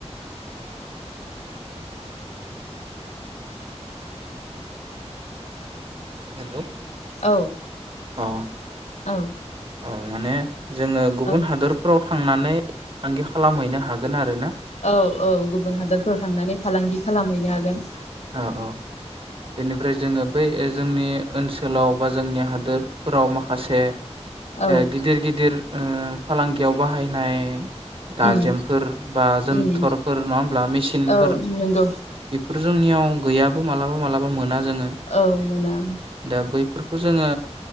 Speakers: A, on the right (about 50°); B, on the left (about 80°).
A: हेलौ
B: औ।
A: अ
B: औ।
A: औ माने जोङो गुबुन
B: औ
A: हादरफ्राव थांनानै फालांगि खालामहैनो हागोन आरो ना?
B: औ औ गुबुन हादरफोराव थांनानै फालांगि खालामहैनो हागोन।
A: औ औ बेनिफ्राय जोङो बै ओ जोंनि ओनसोलाव बा जोंनि हादोरफोराव माखासे ए
B: औ
A: गिदिर गिदिर ओ फालांगियाव बाहायनाय दाजेमफोर
B: उम
A: बा जोनथरफोर
B: उम
A: नङा होमब्ला मेसिनफोर
B: औ नंगौ
A: बेफोर जोंनियाव गैयाबो मालाबा मालाबा मोना जोङो
B: औ मोना।
A: दा बैफोर खौ जोङो